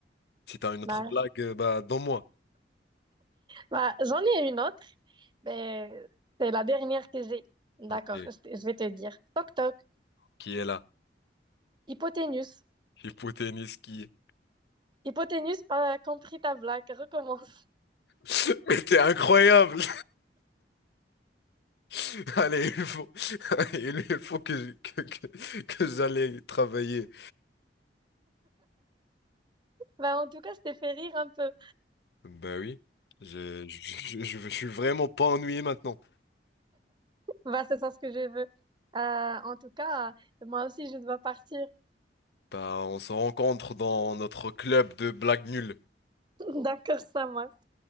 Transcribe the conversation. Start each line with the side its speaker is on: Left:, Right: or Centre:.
Left: si t'as une autre
Right: Bah,
Left: blague, euh, bah donne-moi.
Right: bah, j'en ai une autre, mais c'est la dernière que j'ai. D'accord,
Left: Ok,
Right: je, te- je vais te dire. Toc toc,
Left: qui est là?
Right: hypoténuse.
Left: Hypoténuse qui.
Right: Hypoténuse, pas compris ta blague, recommence.
Left: <laughs> Mais t'es incroyable! <laughs> Allez, il faut, <laughs> il il faut que, je- que, que, que j'aille travailler.
Right: Bah, en tout cas, je t'ai fait rire un peu.
Left: Ben oui, je, je, je, je suis vraiment pas ennuyé maintenant.
Right: Bah, c'est ça ce que je veux. Euh, en tout cas, moi aussi, je dois partir.
Left: Bah, on se rencontre dans notre club de blagues nulles.
Right: <laughs> D'accord, ça marche.